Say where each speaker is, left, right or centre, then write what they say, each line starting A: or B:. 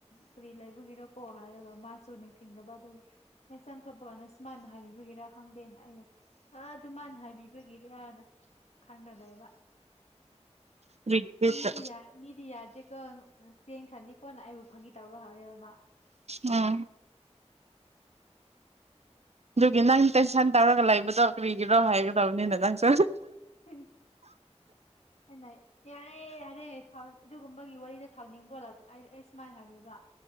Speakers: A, on the left; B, on the right.
A: ꯀꯔꯤ ꯂꯩꯕꯒꯤꯔ ꯀꯣ ꯍꯥꯏꯔꯒ ꯃꯥꯁꯨ ꯅꯤꯡꯁꯤꯡꯗꯕ ꯑꯗꯨꯒ ꯅꯦꯛꯁ ꯇꯥꯏꯝ ꯊꯣꯛꯄ ꯀꯥꯟꯗ ꯁꯨꯃꯥꯏꯅ ꯍꯥꯏꯕꯤꯕꯒꯤꯔꯥ ꯈꯪꯗꯦꯅ ꯑꯩꯅ <unintelligible> ꯑ ꯑꯗꯨ ꯃꯥꯏꯅ ꯍꯥꯏꯕꯤꯕꯒꯤꯅ ꯗ <unintelligible> ꯈꯗ ꯂꯩꯕ
B: ꯀꯔꯤꯒꯤ ꯕꯤꯠꯇ
A: ꯃꯤꯗꯤꯌꯥ ꯃꯤꯗꯤꯌꯥꯗ‌ꯦꯀꫭ ꯆꯦꯡ ꯈꯟꯅꯤꯀꯣꯟꯅ ꯑꯩꯕꯨ ꯐꯥꯒꯤ ꯇꯥꯕ ꯍꯧꯔꯦꯕꯃ
B: ꯑꯝ ꯑꯗꯨꯒꯤ ꯅꯪ ꯇꯦꯟꯁꯟ ꯇꯧꯔꯒ ꯂꯩꯕꯗꯣ ꯀꯔꯤꯒꯤꯔꯣ ꯍꯥꯏꯒꯗꯕꯅꯤꯅ ꯅꯪ ꯁꯨ
A: ꯎꯝ <unintelligible> ꯑꯩꯏꯅ ꯌꯥꯔꯦ ꯌꯥꯔꯦ ꯑꯗꯨꯒꯨꯝꯕꯒꯤ ꯋꯥꯔꯤꯗ ꯁꯥꯎꯅꯤꯡꯕ꯭ꯔꯣ ꯑꯩ ꯁꯨꯃꯥꯏꯅ ꯍꯥꯏꯕꯤꯕ